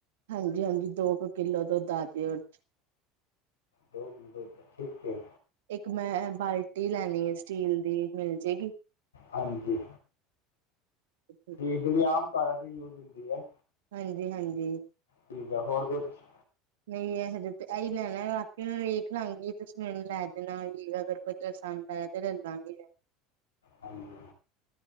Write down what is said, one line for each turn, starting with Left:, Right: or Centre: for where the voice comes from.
Right: ਹਾਂਜੀ ਹਾਂਜੀ, ਦੋ ਕ ਕਿੱਲੋ ਦੁੱਧ ਆਜੇ ਓਦੇ ਚ।
Left: ਦੋ ਕਿਲੋ ਦੋੱਧ ਆ ਠੀਕ ਐ।
Right: ਇੱਕ ਮੈਂ ਬਾਲਟੀ ਲੈਣੀ ਏ ਸਟੀਲ ਦੀ ਮਿਲ ਜੇਗੀ?
Left: ਹਾਂਜੀ।
Right: <inaudible>
Left: ਕਿ ਜੇੜੀ ਆਮ ਘਰਾਂ ਚ ਯੂਜ ਹੁੰਦੀ ਐ।
Right: ਹਾਂਜੀ, ਹਾਂਜੀ।
Left: ਠੀਕ ਐ, ਹੋਰ ਕੁਛ?
Right: ਨਹੀਂ ਐ ਹਜੇ ਤੇ ਐਹੀ ਲੈਣਾ ਬਾਕੀੇ ਮੈਂ ਵੇਖ ਦੇਖ ਲਾਂਗੀ ਤੁਸੀਂ ਮੈਨੂੰ ਲੈ ਦੇਣਾ ਵੀ ਅਗਰ ਕੋਈ ਪਸੰਦ ਆਯਾ ਤੇ ਲ ਲਾਂਗੀ।
Left: ਹਾਂਜੀ,